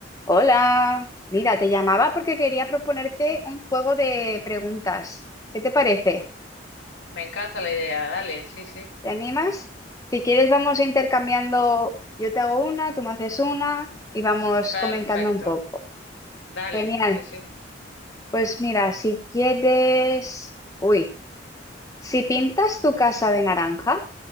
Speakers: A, on the left; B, on the left.
A: Hola, mira, te llamaba porque quería proponerte un juego de preguntas. ¿Qué te parece?
B: Me encanta la idea, dale, sí, sí.
A: ¿Te animas? Si quieres, vamos intercambiando. Yo te hago una, tú me haces una y vamos
B: Perfecto,
A: comentando un poco.
B: dale,
A: Genial.
B: sí, sí.
A: Pues mira, si quieres... Uy, si pintas tu casa de naranja,